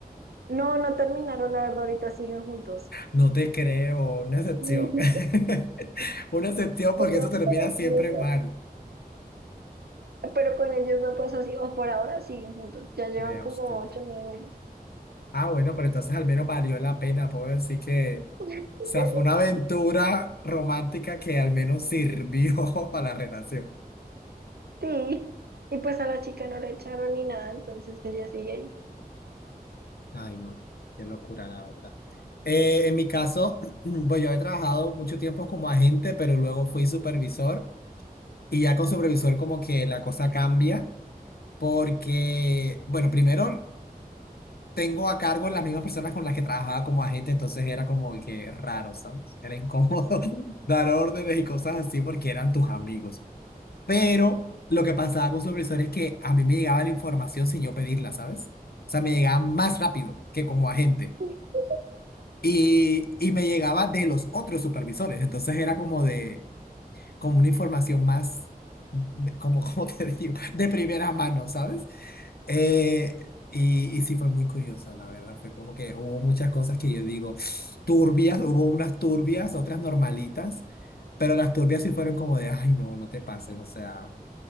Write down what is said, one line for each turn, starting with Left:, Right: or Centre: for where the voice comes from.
Right: No, no terminaron, la verdad, ahorita siguen juntos.
Left: no te creo, una excepción,
Right: Ujú,
Left: <laughs> una excepción porque
Right: se llevan
Left: eso termina
Right: como
Left: siempre
Right: nueve
Left: mal,
Right: Pero con ellos no pasó así, o por ahora siguen juntos, ya llevan
Left: vea
Right: como
Left: usted,
Right: ocho nueve meses.
Left: ah, bueno, pero entonces al menos valió la pena, puedo decir que, o
Right: <laughs> meses.
Left: sea, fue una aventura
Right: Sí.
Left: romántica que al menos sirvió <laughs> para la relación.
Right: Sí. Y pues a la chica no la echaron ni nada, entonces ella sigue ahí.
Left: Ay, no, qué locura, la verdad. Eh, en mi caso, <clears throat> pues yo he trabajado mucho tiempo como agente, pero luego fui supervisor y ya con supervisor como que la cosa cambia porque, bueno, primero tengo a cargo las mismas personas con las que trabajaba como agente, entonces era como que raro, ¿sabes? Era incómodo <laughs> dar órdenes y cosas así porque eran tus amigos. Pero lo que pasaba con supervisor es que a mí me llegaba la información sin yo pedirla, ¿sabes? O sea, me llegaba más rápido que como agente.
Right: Ok.
Left: Y, y me llegaba de los otros supervisores. Entonces era como de, como una información más, de- como, <laughs> como te digo, de primera mano, ¿sabes? Eh, y, y sí fue muy curioso, la verdad. Fue como que hubo muchas cosas que yo digo <sniffs> turbias, hubo unas turbias, otras normalitas, pero las turbias sí fueron como de, ay, no, no te pases, o sea,